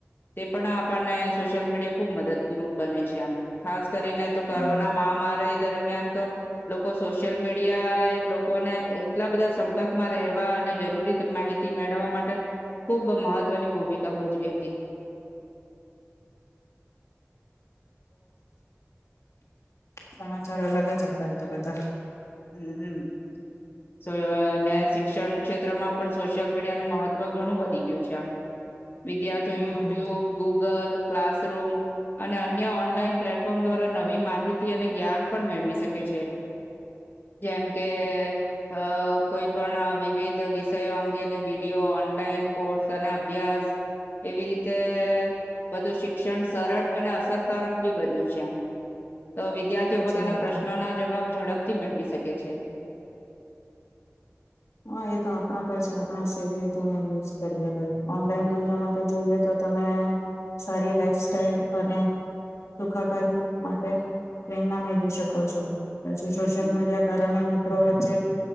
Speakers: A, on the left; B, on the left.
A: તે પણ આપણને સોશિયલ મીડિયા ખુબ મદદપુરક બને છે આમ ખાસ કરીને તો
B: હમ
A: કોરોના મહામારી દરમિયાન તો લોકો સોશિયલ મીડિયા એ ને એટલા બધા સંપર્કમાં રહેવા અને જરૂરી માહિતી મેળવવા માટે ખૂબ મહત્વની ભૂમિકા ભજવી હતી
B: સમાચાર અલગ જ અ તો બધા
A: હમમ અને શિક્ષણ ક્ષેત્રમાં પણ સોશિયલ મીડિયાનું મહત્વ ઘણું વધી ગયું છે આમ વિદ્યાર્થીઓ
B: હમ
A: યુટ્યુબ ગૂગલ ક્લાસરૂમ અને અન્ય ઓનલાઈન પ્લેટફોર્મ દ્વારા નવી માહિતી અને જ્ઞાન પણ મેળવી શકે છે જેમ કે અ કોઈ પણ વિવિધ વિષયો અંગેની વિડીિયો ઓનલાઈન કોર્સ અને અભ્યાસ એવી રીતે બધું શિક્ષણ સરળ અને અસરકારક બી બન્યું છે એમ તો વિદ્યાર્થીઓ
B: સાચી
A: પોતાના
B: વાત
A: પ્રશ્નોના જવાબ ઝડપ મળવી કે છે
B: હા એ તો આપણા પરસે આપણા સેવી રીતે યુઝ કરીએ ભાઈ ઓનલાઈન દુનિયામાં તો જોઈએ તો તમે સારી લાઈફ સાઈલ અને સુખાકારી માટે પ્રેરણા મેળવી શકો છો પછી
A: હમ
B: સોશલ મીડિયા કારણ મ્રો વચ્ચે